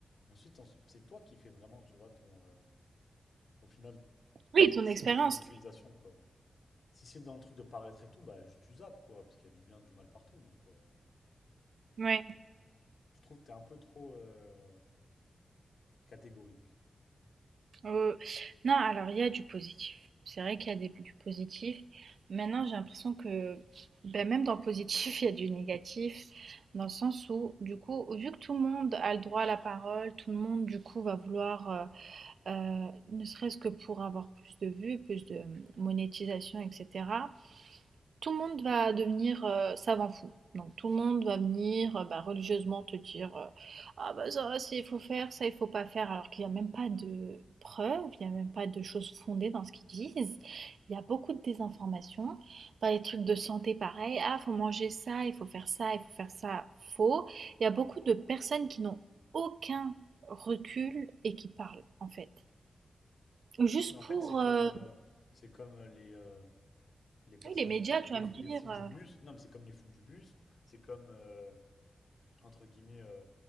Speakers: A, on the left; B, on the right.
A: Et ensuite, en- c'est toi qui fais vraiment, tu vois, ton, euh, au final,
B: Oui,
A: qui
B: ton
A: décide
B: expérience.
A: de ton utilisation, quoi. Si c'est dans le truc de paraître et tout, bah, ju- tu zappes, quoi, parce qu'il y a du bien, du mal partout. Donc, euh,
B: Ouais,
A: je trouve que t'es un peu trop euh, catégorique.
B: heu, non, alors il y a du positif. C'est vrai qu'il y a des du positif. Maintenant, j'ai l'impression que, ben, même dans le positif, <laughs> il y a du négatif, dans le sens où, du coup, vu que tout le monde a le droit à la parole, tout le monde, du coup, va vouloir, heu, heu, ne serait-ce que pour avoir plus de vues, plus de euh, monétisation, etc. Tout le monde va devenir, heu, savant fou. Donc tout le monde va venir, heu, bah, religieusement te dire, heu: «Ah bah ça, c'est il faut faire, ça il faut pas faire», alors qu'il y a même pas de preuves, il y a même pas de choses fondées dans ce qu'ils disent. Il y a beaucoup de désinformation. Dans les trucs de santé, pareil: «Ah, faut manger ça, il faut faire ça, il faut faire ça». Faux. Il y a beaucoup de personnes qui n'ont aucun recul et qui parlent, en fait. Juste
A: Mais en fait,
B: pour,
A: c'est comme,
B: heu,
A: euh, c'est comme les, euh, les personnes,
B: oui les médias,
A: euh,
B: tu
A: les,
B: vas me dire,
A: les fous du
B: euh,
A: bus. Non, mais c'est comme les fous du bus. C'est comme, euh, entre guillemets, euh,